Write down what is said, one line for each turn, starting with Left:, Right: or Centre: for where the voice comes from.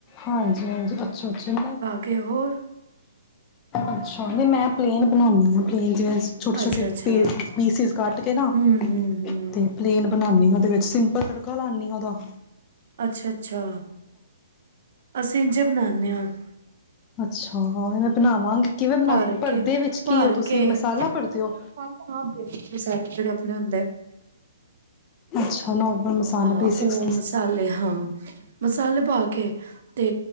Left: ਹਾਂਜੀ ਹਾਂਜੀ ਅੱਛਾ ਅੱਛਾ ਨਾ
Right: ਕਿ ਹੋਰ,
Left: ਅੱਛਾ, ਮੈਂ ਪਲੇਨ ਬਨਾਨੀ ਆ <unintelligible> ਛੋਟੇ ਛੋਟੇ
Right: ਅੱਛਾ-ਅੱਛਾ
Left: ਪੀਸ ਪੀਸਿਸ ਕਟ ਕੇ ਨਾ
Right: ਹੂੰ-ਹੂੰ-ਹੂੰ
Left: ਤੇ <unintelligible> ਬਣਾਨੀ ਆ ਉਹਦੇ ਵਿੱਚ ਸਿੰਪਲ ਤੜਕਾ ਲਾਂਨੀ ਆ ਉਦਾ
Right: ਅੱਛਾ ਅੱਛਾ ਅਸੀਂ ਜ <unintelligible>
Left: ਅੱਛਾ ਹਾਂ ਬਣਾਵਾਂਗੀ ਕਿਵੇਂ ਬਣਾ?
Right: ਭਰ
Left: ਭਰਦੇ
Right: ਕੇ
Left: ਵਿੱਚ
Right: ਭਰ
Left: ਕੀ ਹੋ ਤੁਸੀਂ?
Right: ਕੇ
Left: ਮਸਾਲਾ
Right: ਮਸਾਲੇ
Left: ਭਰਦੇ ਹੋ,
Right: ਹਾਂ ਬੇਸਿਕ ਮਸਾਲੇ ਜਿਹੜੇ ਆਪਣੇ ਹੁੰਦੇ
Left: ਅੱਛਾ, ਨੋਰਮਲ ਮਸਾਲਾ
Right: ਹਾਂ
Left: ਬੇਸਿਕਸ
Right: <unintelligible> ਹਾਂ ਮਸਾਲੇ ਪਾ ਕੇ, ਤੇ